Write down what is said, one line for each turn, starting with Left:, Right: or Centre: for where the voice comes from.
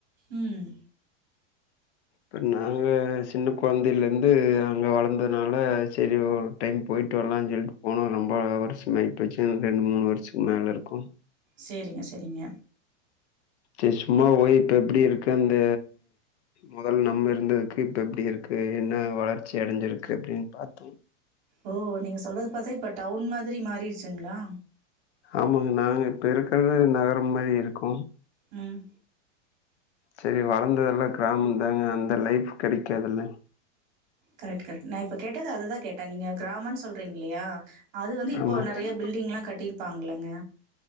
Right: உம்
Left: இப்ப நாங்க சின்ன கொழந்தைலேந்து அங்க வளந்தனால்ல செரி டைம் போய்ட்டுவர்லாஞ் சொல்லிட்டு போன ரொம்ப வர்ஸ்ஸமாய்டுச்சு ரெண்ட்மூணு வருஷத்துக்கு மேலருக்கூ
Right: சரிங்க, சரிங்க.
Left: கே சும்மா ஓய் இப்ப எப்டி இருக்கு அந்த மொதல்ல நம்ம இருந்ததுக்கு இப்ப எப்டி இருக்கு என்ன வளர்ச்சி அடைஞ்சிருக்கு அப்டின்னு பாத்தோ
Right: ஓ நீங்க சொல்றத பாத்தா இப்ப டவுன் மாதிரி மாரிருச்சுங்களா
Left: ஆமாங்க நாங்க இப்ப இருக்குறது நகரம் மாரி இருக்கு
Right: ம்
Left: செரி வளந்ததெல்லா கிராமம்தாங்க அந்த லைஃப் கெடைக்காதுல்ல
Right: கரெக்ட் கரெக்ட் நா இப்போ கேட்டது அதுதா கேட்டே நீங்க கிராமன்னு சொல்றீங்கல்லையா அது வந்து இப்போ
Left: ஆமா அது
Right: நெறையா
Left: வந்து
Right: பில்டிங்ல்லா கட்டிருப்பாங்கல்லங்க